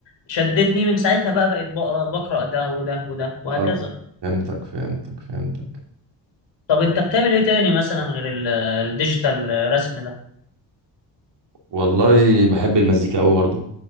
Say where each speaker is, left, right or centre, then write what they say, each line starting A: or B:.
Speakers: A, on the left (about 75°); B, on the right (about 65°).
A: شدتني من ساعتها بقى بقيت بقرا بقرا ده وده وده وهكذا
B: آه، فهمتك فهمتك فهمتك
A: طب انت بتعمل ايه تاني مثلا غير ال- الديجيتال رسم ده
B: والله بحب المزيكا أوي برضه